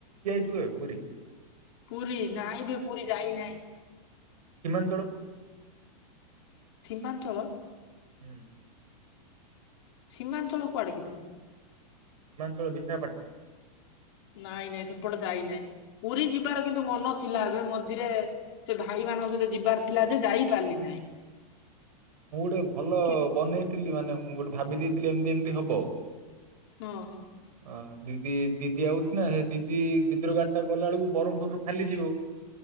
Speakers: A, on the right; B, on the left.
A: ଜିବା ପୁରୀ
B: ପୁରୀ ନାଇଁ ବେ ପୁରୀ ଯାଇନାହିଁ।
A: ସୀମାଞ୍ଚଳ
B: ସୀମାଞ୍ଚଳ
A: ହୁଁ।
B: ସୀମାଞ୍ଚଳ କୁଆଡ଼େ କିିରେ ସେଟା।
A: ବିମାନଞ୍ଚଳ ବିଶାଖାପାଟଣା
B: ନାଇଁ ନାଇଁ ସେପଟେ ଯାଇ ନାହିଁ ପୁରୀ ଯିବାର କିନ୍ତୁ ମନ ଥିଲା ଏବେ ମଝିରେ ସେ ଭାଇ ମାନଙ୍କ ସହିତ ଯିବାର ଥିଲା ଯେ ଯାଇ ପାରିଲି ନାହିଁ।
A: ମୁଁ ଗୋଟେ ଭଲ
B: କି
A: ବନେଇଥିଲି। ମାନେ ମୁଁ ଗୋଟେ ଭାବି ଦେଇଥିଲି, ଏମିତି ଏମିତି ହବ।
B: ହଁ।
A: ଅ ଦିଦି ଦିଦି ଆଉଛି ନା ସେ ଦିଦି ଦିଦିର ଗାଡି ଟା ଗଲାଅଳକୁ ବ୍ରହ୍ମପୁରରୁ ଖାଲି ଯିବ।